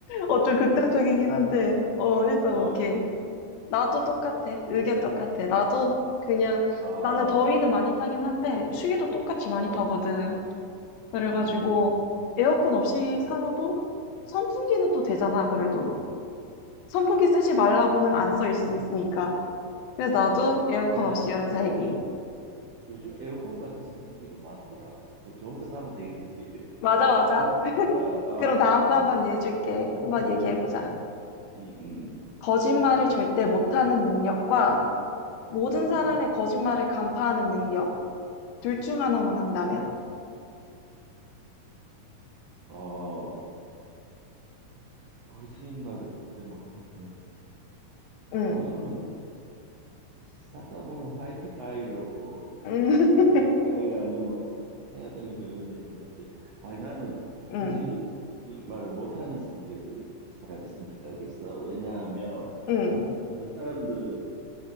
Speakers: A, on the left; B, on the right.
A: 어, 좀 극단적이긴 한데, 어, 일단
B: 어
A: 오케이.
B: 그렇지
A: 나도 똑같아. 의견 똑같아. 나도 그냥,
B: 바깥에. 아,
A: 나는 더위는 많이 타긴 한데, 추위도 똑같이 많이
B: 아,
A: 타거든. 그래가지고,
B: 음
A: 에어컨 없이 살아도 선풍기는 또 되잖아, 그래도. 선풍기 쓰지 말라고는 안 써 있으니까. 그래서 나도 에어컨
B: 근데
A: 없이 여름
B: 어
A: 살기.
B: 요즘 에어컨 같은 선풍기도 많더라 뭐 좋은 거 사면 되겠지
A: 맞아, 맞아.
B: 아 아
A: 그럼 다음 거
B: 어,
A: 한번 얘기해줄게. 한번 얘기해보자.
B: 음, 음, 음,
A: 거짓말을 절대 못하는 능력과 모든 사람의
B: 음.
A: 거짓말을 간파하는 능력. 둘 중 하나만 한다면?
B: 어, 거짓말을 절대 못하는.
A: 응,
B: 야, 그거는 살다 보면 화이트 라이라고
A: 응,
B: 이렇게
A: <laughs>
B: 블랙 라이가 아니면 해야 되는 경우가 있는데, 아, 나는
A: 응,
B: 거짓말을 못하는 성격을 차라리 선택하겠어. 왜냐하면
A: 응,
B: 다른 사람들의